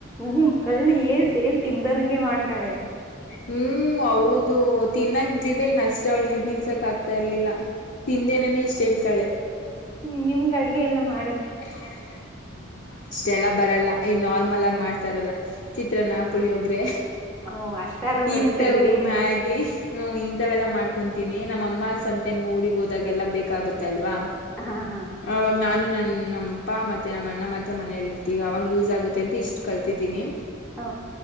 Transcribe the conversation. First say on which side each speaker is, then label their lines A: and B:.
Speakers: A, in the centre; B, on the left.
A: ಹ್ಮ್ ಕಳ್ಳಿ ಏನ್ ಸೇಮ ತಿಂದೋರಂಗೆ ಮಾಡ್ತಾಳೆ.
B: ಹ್ಮ್ ಹೌದು ತಿನ್ನಗಿದ್ದಿದ್ದರೆ ಇನ್ನ ಅಷ್ಟೆ ಅವಳಗ ತಿನ್ನಕ್ಕೆ ಆಗ್ತಾ ಇರ್ಲಿಲ್ಲ. ತಿಂದೇನೆನೆ ಇಷ್ಟು ಹೇಳ್ತಾಳೆ.
A: ಹ್ಮ ನಿಮ್ಮಗ ಅಡಗೆ ಯಲ್ಲಿ ಮಾ.
B: ಅಡುಗೆ ಎಲ್ಲಾ ಮಾಡಲ್ಲಕ ಬರುತ್ತಾ ಅಷ್ಟೆಲ್ಲ ಬರಲ್ಲ ಈ ನಾರ್ಮಲ್ ಆಗಿ ಮಾಡ್ತಾ ಇರಬೇಕು. ಚಿತ್ರನ್ನ
A: ಹ
B: ಪುಳಿಯೋಗರೆ
A: ಓ ಅಷ್ಟಾರು ಬರುತ್ತೆ
B: ಇಂಥವು
A: ಬಿಡಿ
B: ಮ್ಯಾಗಿ. ಹ್ಮ ಇಂಥವೆಲ್ಲಾ ಮಾಡ್ಕೊತೀನಿ ನಮ್ಮಅಮ್ಮ ಸಮ್ ಟೈಮ್ ಊರಿಗ ಹೋದಾಗೆಲ್ಲ ಬೇಕಾಗುತ್ತೆ ಅಲ್ವಾ.
A: ಹ ಹಾ
B: ಆವಾಗ ನಾನು ನನ್ನ. ನಮ್ಮಪ್ಪಾ ಮತ್ತೆ ನಮ್ಮ ಅಣ್ಣ ಮಾತ್ರ ಮನೆಯಲ್ಲಿ ಇರ್ತೀವಿ ಅವಾಗ ಯೂಸ್ ಆಗುತ್ತೆ ಅಂತ ಇಷ್ಟ ಕಲ್ತಿದ್ದೀನಿ.
A: ಹ